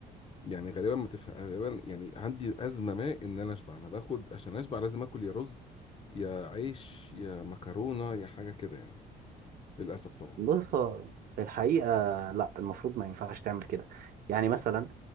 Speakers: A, on the left; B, on the right.
A: يعني غالبا ما تف... غالبا يعني عندي ازمه ما ان انا اشبع انا باخد عشان اشبع لازم اكل يا رز يا عيش يا مكرونه يا حاجه كده يعني للاسف طبعا
B: بص هو في الحقيقة لا المفروض ما ينفعش تعمل كده يعني مثلا